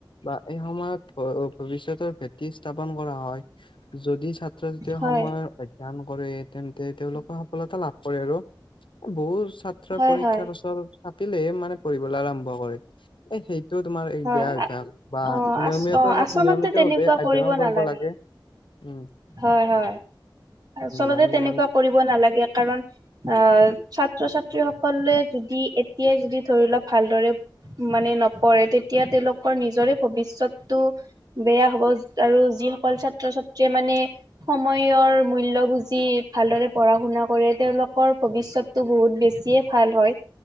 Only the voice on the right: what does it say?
হয়
হয়
হয়
হয়
অ
আ অ আচলতে
তেনেকুৱা
নালাগে
হয় হয়। আচলতে,
তেনেকুৱা
কৰিব নালাগে। কাৰণ অ'! ছা ছাত্ৰ -ছাত্ৰীসকলে যদি, এতিয়াই যদি, ধৰি লওক ভালদৰে মানে, নপঢ়ে। তেতিয়া তেওঁলোকৰ নিজৰে ভৱিষ্যতটো বেয়া হ'ব আৰু যিসকল ছাত্ৰ -ছাত্ৰীয়ে মানে, সময়ৰ মূল্যবুজি ভালদৰে পঢ়া -শুনা কৰে। তেওঁলোকৰ ভৱিষ্যত টো বহুত বেছিয়ে ভাল হয়।